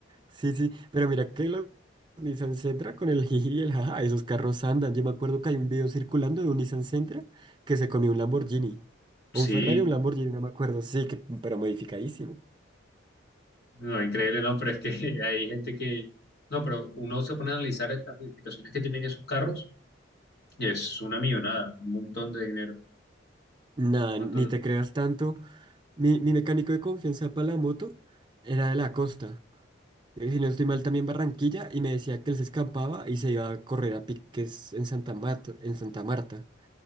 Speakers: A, on the right; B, on the left.
A: sí, sí, pero mira que los Nissan Sentra con el <laughs> jiji y el jaja, esos carros andan. Yo me acuerdo que hay un video circulando de un Nissan Sentra que se comió un Lamborghini.
B: Sí,
A: O un Ferrari, un Lamborghini, no me acuerdo. Sí, que, pero modificadísimo.
B: No, increíble, no, pero es que <laughs> hay gente que... No, pero uno se pone a analizar las modificaciones que tienen esos carros y es una millonada, un montón de dinero.
A: Nada,
B: Un
A: ni
B: montón...
A: te creas tanto. Mi, mi mecánico de confianza para la moto era de la costa. eh, Si no estoy mal, también Barranquilla, y me decía que él se escapaba y se iba a correr a piques en Santa Marta, en Santa Marta.